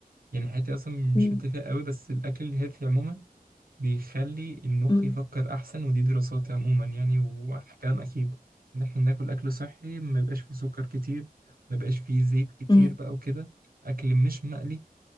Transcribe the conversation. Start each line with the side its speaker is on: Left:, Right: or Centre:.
Right: يعني حياتي اصلا مش
Left: م-
Right: متفق قوي بس الاكل الهيلثي عموما بيخلي المخ
Left: م-
Right: يفكر احسن ودي دراسات عموما يعني وكلام اكيد ان احنا ناكل اكل صحي ما يبقاش فيه سكر كتير ما يبقاش فيه زيت كتير
Left: م-
Right: بقى وكده اكل مش مقلي